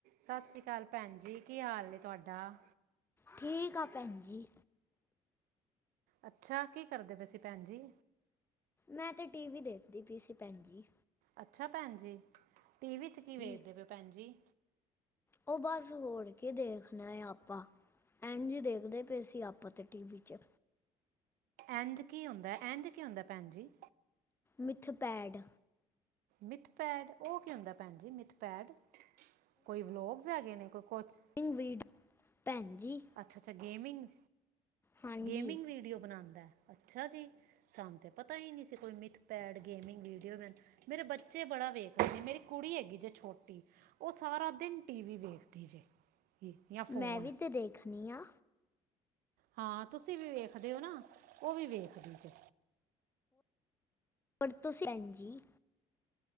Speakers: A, on the right; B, on the left.
A: ਸਤਿ ਸ਼੍ਰੀ ਅਕਾਲ ਭੈਣ ਜੀ, ਕੀ ਹਾਲ ਨੇ ਤੁਹਾਡਾ?
B: ਠੀਕ ਆ, ਭੈਣ ਜੀ।
A: ਅੱਛਾ, ਕੀ ਕਰਦੇ ਪਏਸੀ ਭੈਣ ਜੀ?
B: ਮੈਂ ਤੇ ਟੀ ਵੀ ਦੇਖਦੀ ਪਈ ਸੀ, ਭੈਣ ਜੀ।
A: ਅੱਛਾ ਭੈਣ ਜੀ, ਟੀਵੀ 'ਚ ਕੀ ਵੇਖਦੇ
B: ਜੀ
A: ਪਏ ਭੈਣ ਜੀ?
B: ਉਹ ਬਸ, ਹੋਰ ਕੇ ਦੇਖਣਾ ਹੈ ਆਪਾਂ ਇੰਝ ਦੇਖਦੇ ਪਏ ਸੀ ਆਪਾਂ ਤੇ, ਟੀ ਵੀ 'ਚ।
A: ਇੰਝ ਕੀ ਹੁੰਦਾ ਹੈ, ਇੰਝ ਕੀ ਹੁੰਦਾ ਭੈਣ ਜੀ?
B: ਮਿੱਥ ਪੈਡ
A: ਮਿਥ ਪੈਡ, ਉਹ ਕੀ ਹੁੰਦਾ ਭੈਣ ਜੀ ਮਿਥਪੈਡ, ਕੋਈ ਵਲੋਗਸ ਹੈਗੇ ਨੇ, ਕੋਈ ਕੁਛ?
B: ਇਨ ਵੀਟ, ਭੈਣ ਜੀ।
A: ਅੱਛਾ -ਅੱਛਾ ਗੇਮਿੰਗ,
B: ਹਾਂਜੀ
A: ਗੇਮਿੰਗ ਵੀਡੀਓ ਬਣਾਉਂਦਾ, ਅੱਛਾ ਜੀ। ਸਾੰਨ ਤੇ ਪਤਾ ਹੀ ਨਹੀਂ ਸੀ, ਕੋਈ ਮਿਥ ਪੈਡ ਗੇਮਿੰਗ ਵੀਡੀਓੈ ਮੇਰੇ ਬੱਚੇ ਬੜਾ ਵੇਖ ਰ ਨੇ, ਮੇਰੀ ਕੁੜੀ ਹੈਗੀ ਜੇ ਛੋਟੀ ਉਹ, ਸਾਰਾ ਦਿਨ ਟੀ ਵੀ ਵੇਖਦੀ ਜੇ ਜਾਂ
B: ਮੈਂ
A: ਫੋਨ।
B: ਵੀ ਤੇ ਦੇਖਣੀ ਆ
A: ਹਾਂ, ਤੁਸੀਂ ਵੀ ਵੇਖਦੇ ਹੋ ਨਾ, ਉਹ ਵੀ ਵੇਖਦੇ ਜੇ।
B: ਪਰ ਤੁਸੀਂ, ਭੈਣ ਜੀ।